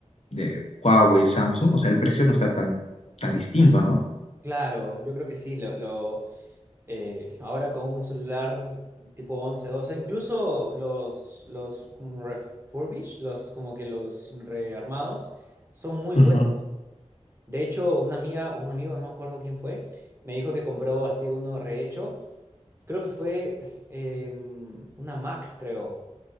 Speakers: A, on the left; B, on the right.
A: de Huawei, Samsung, o sea, el precio no está tan, tan distinto, ¿no?
B: Claro, yo creo que sí, lo, lo- Eh, ahora con un celular tipo 11 12 incluso los, los como refurbished, los como que los rearmados, son muy buenos.
A: Ujú,
B: De hecho, una amiga o un amigo, no me acuerdo quién fue, me dijo que compró así uno rehecho. Creo que fue em, una Mac, creo,